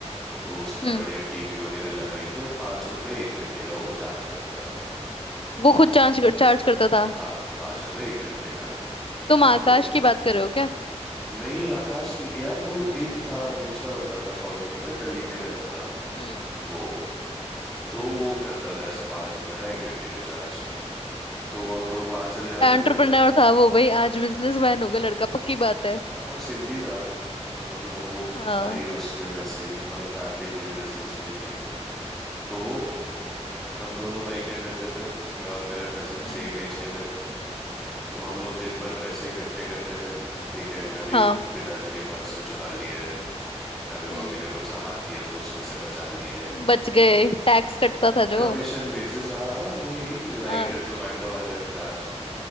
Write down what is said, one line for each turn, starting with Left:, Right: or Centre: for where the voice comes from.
Centre: तो उसने
Left: हम्म
Centre: बढ़िया टीवी वगैरह लगाई थी और पांच रुपए एक घंटे का वो चार्ज करता था
Left: वो खुद चार्ज कर, चार्ज करता था
Centre: हाँ पांच रुपए एक घंटे का
Left: तुम आकाश
Centre: तो
Left: की बात कर रहे हो क्या
Centre: नहीं आकाश नहीं यार वो एक था दूसरा बंदा था कॉलोनी में गली में ही रहता था
Left: हम्म
Centre: वो तो वो करता था ऐसे पांच रुपए ना एक घंटे का चार्ज तो हम लोग वहां चले जाते
Left: एंटरप्रेन्योर
Centre: थे
Left: था वो भाई आज बिजनेसमैन होगा लड़का पक्की बात है
Centre: हाँ वो सिंधी था तो मतलब वो
Left: हाँ
Centre: था ही उसके वैसे ही मतलब फैमिली पूरी बिजनेस में ही थी तो हम दोनों भाई क्या करते थे मैं और मेरा कजिन
Left: हम्म
Centre: सेम एज के थे तो हम लोग दिन भर पैसे इकट्ठे करते थे ठीक है कभी
Left: हाँ
Centre: पिताजी के पर्स से चुरा लिए कभी मम्मी
Left: हम्म
Centre: ने कुछ सामान दिया तो उसमें से बचा लिए
Left: बच गए टैक्स कटता था जो
Centre: कमीशन बेसिस हाँ हाँ, वही राइडर
Left: हाँ
Centre: जोमेटो वाले चार्ज